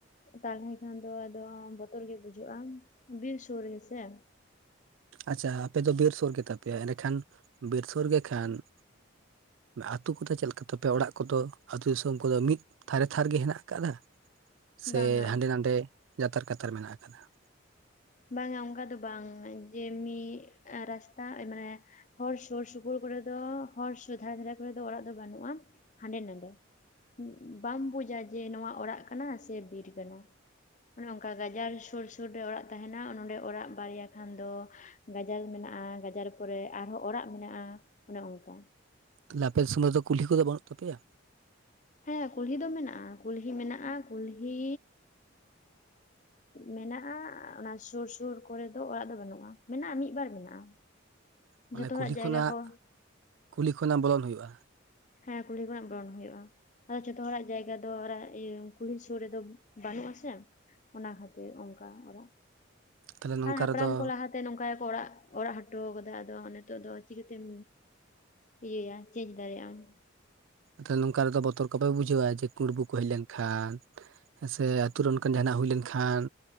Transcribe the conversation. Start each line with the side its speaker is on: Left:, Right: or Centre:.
Left: ᱛᱟᱞᱦᱮ ᱠᱷᱟᱱ ᱫᱚ, ᱟᱫᱚ ᱵᱚᱛᱚᱨ ᱜᱮ, ᱵᱩᱡᱩᱜᱼᱟ, ᱵᱤᱨ ᱥᱩᱨ-ᱥᱮ,
Right: ᱟᱪᱷᱟ, ᱟᱯᱮ ᱫᱚ, ᱵᱤᱨ ᱥᱚᱨ ᱜᱮᱛᱟ ᱯᱮᱭᱟ, ᱮᱸᱰᱮᱠᱷᱟᱱ, ᱵᱤᱨ ᱥᱩᱨ ᱜᱮ, ᱠᱷᱟᱱ ᱟᱹᱛᱩ ᱠᱚᱫᱚ, ᱪᱮᱫ ᱞᱮᱠᱟ ᱛᱟᱯᱮ, ᱚᱲᱟᱜ ᱠᱚᱫᱚ, ᱟᱹᱛᱩ ᱫᱤᱥᱚᱢ ᱠᱚᱫᱚ, ᱢᱤᱫ ᱛᱷᱟᱨᱮ ᱛᱷᱟᱨ ᱜᱮ, ᱦᱮᱱᱟᱜ ᱟᱠᱟᱫᱟ?
Left: ᱵᱟᱝᱟ
Right: ᱥᱮ, ᱦᱟᱸᱰᱮ, ᱱᱟᱰᱮ, ᱡᱟᱛᱟᱨ ᱠᱟᱛᱟᱨ ᱢᱮᱱᱟᱜ, ᱟᱠᱟᱫᱟ ᱾
Left: ᱵᱟᱝᱟ, ᱚᱝᱠᱟ ᱫᱚ ᱵᱟᱝ, ᱡᱮ, ᱢᱤᱫ ᱨᱟᱥᱛᱟ ᱢᱟᱱᱮ ᱦᱚᱨ, ᱥᱩᱨ ᱥᱩᱯᱩᱨ ᱠᱚᱨᱮ ᱫᱚ, ᱦᱚᱨ ᱥᱩᱫᱷᱟᱨᱮ ᱠᱚᱨᱮ ᱫᱚ, ᱚᱲᱟᱜ ᱫᱚ ᱵᱟᱱᱩᱜᱼᱟ, ᱦᱟᱸᱰᱮ ᱱᱟᱰᱮ ᱩᱸᱩᱸ, ᱵᱟᱢ ᱵᱩᱡᱟ, ᱡᱮ ᱱᱚᱣᱟ, ᱚᱲᱟᱜ ᱠᱟᱱᱟ, ᱥᱮ, ᱵᱤᱨ ᱠᱟᱱᱟ ᱾ ᱚᱱᱮ ᱚᱱᱠᱟ, ᱜᱟᱡᱟᱲ ᱥᱩᱨ ᱥᱩᱨ ᱨᱮ, ᱚᱲᱟᱜ ᱛᱟᱦᱮᱱᱟ, ᱱᱚᱸᱰᱮ ᱚᱲᱟᱜ ᱵᱟᱨᱭᱟ ᱠᱷᱟᱱ, ᱫᱚ ᱜᱟᱡᱟᱲ ᱢᱮᱱᱟᱜᱼᱟ, ᱜᱟᱡᱟᱲ ᱯᱚᱨᱮ, ᱟᱨᱦᱚᱸ ᱚᱲᱟᱜ ᱢᱮᱱᱟᱜᱼᱟ, ᱚᱱᱮ ᱚᱱᱠᱟ
Right: ᱞᱟᱯᱮ, ᱥᱩᱢᱟ. ᱭ ᱫᱚ, ᱠᱩᱞᱦᱤ ᱠᱚᱫᱚ, ᱵᱟᱱᱩᱜ ᱛᱟᱯᱮᱭᱟ?
Left: ᱦᱮᱸᱻ, ᱠᱩᱞᱦᱤ ᱫᱚ ᱢᱮᱱᱟᱜᱼᱟ, ᱠᱩᱞᱦᱤ ᱢᱮᱱᱟᱜᱼᱟ, ᱠᱩᱞᱦᱤᱻ ᱢᱮᱱᱟᱜᱼᱟ, ᱚᱱᱟ ᱥᱳᱨ ᱥᱳᱨ ᱠᱚᱨᱮ ᱫᱚ, ᱚᱲᱟᱜ ᱫᱚ, ᱵᱟᱹᱱᱩᱜᱼᱟ ᱾ ᱢᱮᱱᱟᱜᱼᱟ, ᱢᱤᱫ ᱵᱟᱨ ᱢᱮᱱᱟᱜᱼᱟ,
Right: ᱢᱟᱱᱮ
Left: ᱡᱷᱚᱛᱚ ᱦᱚᱲᱟᱜ,
Right: ᱠᱩᱞᱦᱤ
Left: ᱡᱟᱭᱜᱟ
Right: ᱠᱷᱚᱱᱟᱜ
Left: ᱠᱚ
Right: ᱠᱩᱞᱦᱤ ᱠᱷᱚᱱᱟᱜ, ᱵᱚᱞᱚᱱ ᱦᱩᱭᱩᱜᱼᱟ?
Left: ᱦᱮᱸᱻ, ᱠᱩᱞᱦᱤ ᱠᱷᱚᱱᱟᱜ, ᱵᱨᱚᱱ ᱦᱩᱭᱩᱜᱼᱟ ᱾ ᱟᱫᱚ, ᱡᱷᱚᱛᱚ ᱦᱚᱲᱟᱜ ᱡᱟᱭᱜᱟ ᱫᱚ, ᱚᱲᱟᱜ ᱤᱭᱟᱹ, ᱠᱩᱞᱦᱤ ᱥᱳᱨ ᱨᱮᱫᱚ, ᱵᱟᱹᱱᱩᱜ ᱟᱥᱮ ᱚᱱᱟ ᱠᱷᱟᱹᱛᱤᱨ, ᱚᱱᱠᱟ ᱚᱲᱟᱜ,
Right: ᱛᱟᱦᱞᱮ ᱱᱚᱝᱠᱟ
Left: ᱦᱮᱸᱻ, ᱦᱟᱯᱲᱟᱢ
Right: ᱨᱮᱫᱚ
Left: ᱠᱚ, ᱞᱟᱦᱟᱛᱮ, ᱱᱚᱝᱠᱟ ᱜᱮ, ᱚᱲᱟᱜ ᱦᱚᱴᱚ ᱟᱠᱟᱫᱟ, ᱟᱫᱚ ᱱᱤᱛᱚᱜ ᱫᱚ, ᱪᱤᱠᱟᱹᱛᱮᱢ ᱤᱭᱟᱹᱭᱟ ᱠᱮᱪ ᱫᱟᱲᱮᱭᱟᱢ ᱾
Right: ᱛᱟᱦᱞᱮ, ᱱᱚᱝᱠᱟ ᱨᱮᱫᱚ, ᱵᱚᱛᱚᱨ ᱠᱚᱯᱮ ᱵᱩᱡᱷᱟᱹᱣᱟ, ᱡᱮ, ᱠᱩᱲᱵᱩ ᱠᱚ, ᱦᱮᱡ ᱞᱮᱱᱠᱷᱟᱱ ᱦᱮᱸᱥᱮ, ᱟᱛᱳ ᱨᱮ, ᱚᱱᱠᱟᱱ ᱡᱟᱦᱟᱸᱱᱟᱜ ᱦᱩᱭ ᱞᱮᱱᱠᱷᱟᱱ,